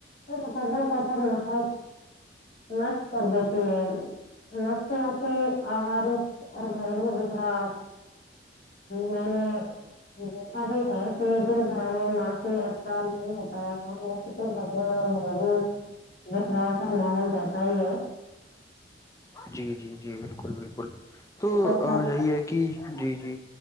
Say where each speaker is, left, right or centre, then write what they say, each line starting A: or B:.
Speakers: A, on the left; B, on the left.
A: مقدل طور پر محض نشٹ کر دیتی ہے نفسیات کی آوارچ اور گھریلو بکھراؤ میں نے دیکھا بھی ہے کہ جن گھروں میں ماسی نہیں ہوتا جنا بکھراؤ کا ماحول رہتا ہی ہے
B: جی جی جی بالکل بالکل تو
A: جب
B: یہی ہے کہ جی جی